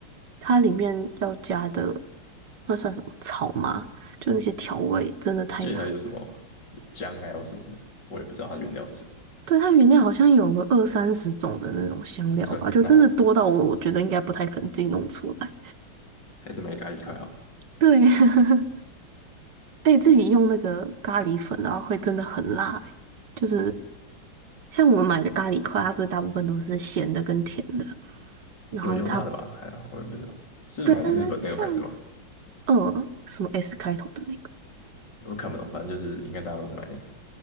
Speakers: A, on the right; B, on the left.
A: 它里面要加的那算什么草吗？就那些调味真的太难了。
B: 这记得还有什么有姜还有什么的，我也不知道它原料是什么。
A: 对，它原料好像有个二三十种的那种香料吧，
B: <laughs>
A: 就真的多到我我觉得应该不太可能自己弄出来。
B: 那还是买咖喱块好了
A: 对。<laughs> 而且自己用那个咖喱粉，然后会真的很辣欸、就是像我们买的咖喱块，它不是大部分都是咸的跟甜的，然后它
B: 有有辣的吧？还好，我也不知道是买日本那个牌子吗？
A: 对，但是像呃什么 S 开头的那个，
B: 我看不懂，反正就是应该大家都是买那个，